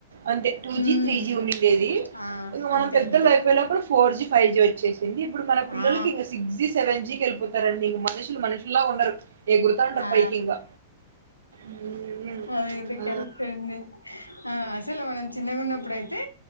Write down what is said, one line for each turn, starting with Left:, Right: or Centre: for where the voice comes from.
Right: అంటే టూ
Left: ఉమ్
Right: జీ త్రీ జీ ఉండిడేద్ది
Left: ఆ
Right: ఇక మనం
Left: అంతే
Right: పెద్దలు
Left: అంతే
Right: అయిపోయినప్పుడు కూడా ఫోర్ జి ఫైవ్ జి వచ్చేసింది ఇప్పుడు మన పిల్లోళ్ళకి
Left: ఆ
Right: ఇంకా సిక్స్ జీ సెవెన్ జీకి వెళ్ళిపో టారండి మనుషులు మనుషులా ఉండరు ఎగురుతా ఉంటారు
Left: ఆ
Right: పైకి ఇంగా మ్మ్.
Left: అదైతే
Right: ఆ
Left: కరెక్ట్ అన్ మీరి ఆ అసలు మనం చిన్నగున్నప్పుడు అయితే